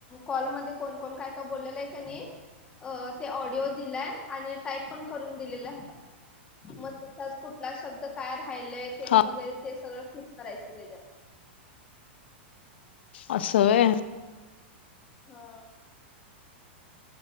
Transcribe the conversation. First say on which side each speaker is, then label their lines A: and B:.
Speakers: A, on the left (about 15°); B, on the left (about 65°).
A: कॉलमध्ये कोण कोण काय काय बोललेलं आहे का नाही. अ ते ऑडिओ दिलाय आणि टाईप पण करून दिलेलं मग त कुठला शब्द काय राहिलय. तेन
B: हा
A: वगैरे ते सगळं फिल करायचं त्याच्यात.
B: असं वय.
A: हा.